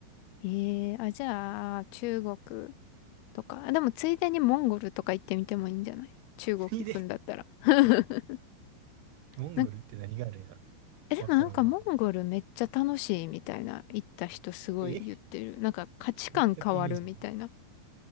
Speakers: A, on the left (about 85°); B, on the right (about 75°).
A: ええあ、じゃあ、中国とか。あでもついでにモンゴルとか行ってみてもいいんじゃない中国行くんだったら。
B: <laughs> ついで。
A: <laughs>
B: モンゴルって何があるんやろ
A: なんえ、でもなんかモンゴルめっちゃ楽しいみたいな、
B: わからんな。
A: 行った人すごい言ってる。
B: え
A: なんか価値観変わるみたいな。
B: 全くイメージない。